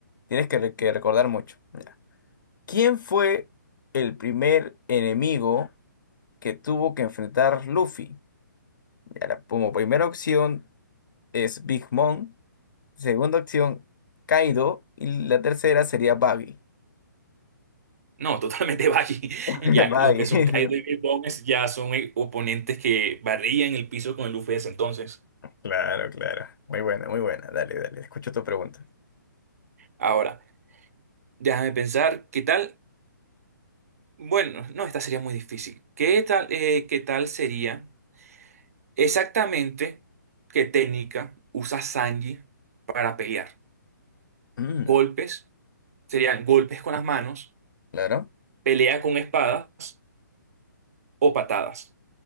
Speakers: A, on the left; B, on the right.
A: Tienes que, re- que recordar mucho. Ya. ¿Quién fue el primer enemigo que tuvo que enfrentar Luffy? Ya, la- como primera opción. es Big Mom. Segunda opción, Kaido. Y la tercera sería Baggy.
B: No, totalmente <laughs> Valle.
A: <laughs>
B: Ya
A: Baggy.
B: lo que son Kai
A: <laughs>
B: David Bones ya son eh, oponentes que barrían el piso con el Luffy de ese entonces.
A: Claro, claro. Muy buena, muy buena. Dale, dale. Escucho tu pregunta.
B: Ahora, déjame pensar, ¿qué tal? Bueno, no, esta sería muy difícil. ¿Qué tal, eh, qué tal sería exactamente qué técnica usa Sanji para pelear?
A: Mm,
B: ¿Golpes? ¿Serían golpes con las manos?
A: claro.
B: ¿Pelea con espadas o patadas?